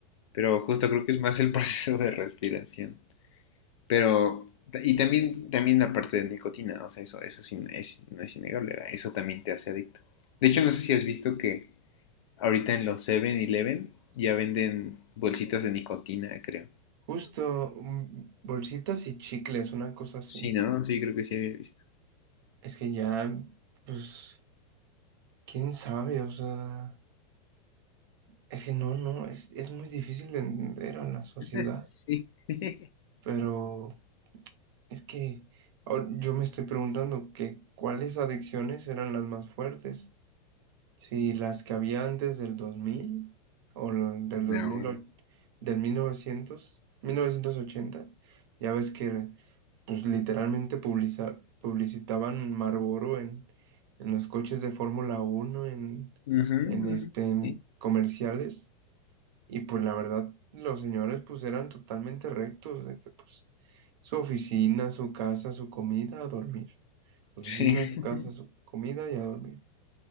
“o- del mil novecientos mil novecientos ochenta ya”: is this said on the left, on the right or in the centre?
Right